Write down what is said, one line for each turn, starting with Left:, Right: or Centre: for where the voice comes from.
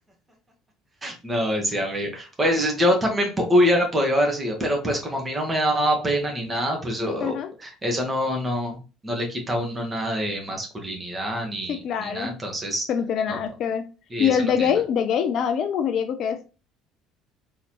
Right: No, sí, amigo. Pues yo también po- hubiera podido haber sido, pero pues como a mí no me daba pena ni nada, pues o-
Left: <laughs> Ajá.
Right: eso no, no, no le quita a uno nada de masculinidad ni,
Left: Sí, claro.
Right: ni nada, entonces
Left: Eso no tiene nada
Right: no, po-
Left: que ver.
Right: y
Left: Y
Right: eso
Left: el
Right: no
Left: de
Right: tiene
Left: gay,
Right: nada.
Left: de gay, nada, bien mujeriego que es.